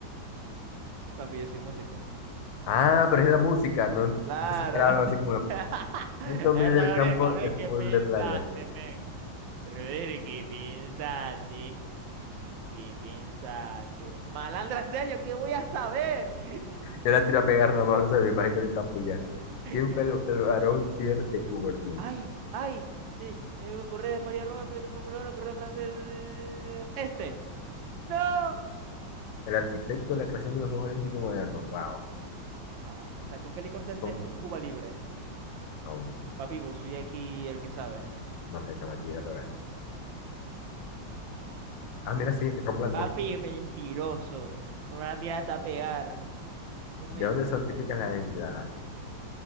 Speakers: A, on the right (about 75°); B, on the left (about 75°).
A: Papi, yo soy músico.
B: Ah, pero es de la música, no
A: Claro.
B: pensé que era algo así
A: <laughs>
B: como de
A: Es
B: Un Tommy
A: verdad,
B: del
A: Gabriel.
B: campo
A: Gabriel,
B: de fútbol
A: ¿qué pensaste,
B: de playa.
A: men? Brother, ¿qué pensaste? ¿Qué pensaste? Malandra sea yo, ¿qué voy a saber? <laughs>
B: Yo la tiro a pegar nada más, no se me imagino el campo y ya. ¿Quién
A: ¿Quién
B: fue
A: fu-
B: el, el barón Pierre de Coubertin?
A: ¡Ay! ¡Ay! Eh, eh, correo de París a Roma, piloto de Fórmula Uno, correo francés. eh, eh, eh, Este. ¡No!
B: El arquitecto de la creación de los Juegos Olímpicos modernos. Wow.
A: No, la- o sea, ¿con qué licor se hace
B: Con-
A: un Cuba libre?
B: no,
A: Papi, vos soy aquí el que sabe.
B: no sé, chama, tira a pegar. Ah, mira, sí, ron blanco.
A: Papi, mentiroso. Me van a tirar hasta pegar. Eso es mentira.
B: ¿De dónde son típicas las enchiladas?